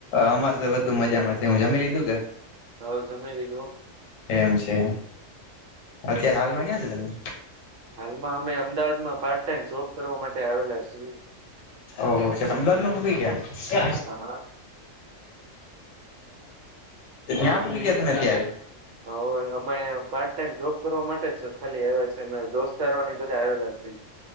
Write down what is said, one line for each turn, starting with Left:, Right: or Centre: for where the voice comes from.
Left: અમારે તો બધુ મજામાંશે હું જમી લીધું કે
Right: હ સમય લી ગો
Left: એમ છે અત્યારે હાલમાં ક્યાં છે તમે
Right: હાલમાં અમે અમદાવાદમાં પાર્ટ જોબ કરવા માટે આવેલા છે
Left: ઓહછ અમદાવાદમાં પગી ગયા
Right: હા
Left: હા પગ કેતને એત આવે
Right: હાવે અમે પાર્ટ ટાઈમ જોબ કરવા માટે જ ખાલી આવે છે દોસ્તારો ની બધા આવેલા સે